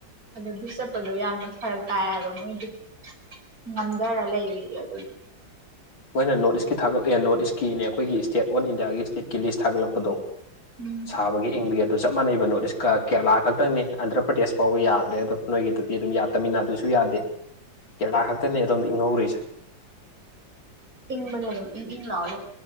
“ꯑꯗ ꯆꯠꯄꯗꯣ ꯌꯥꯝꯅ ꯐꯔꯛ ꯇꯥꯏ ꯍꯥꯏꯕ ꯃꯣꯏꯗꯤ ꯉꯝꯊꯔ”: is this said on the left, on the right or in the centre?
Right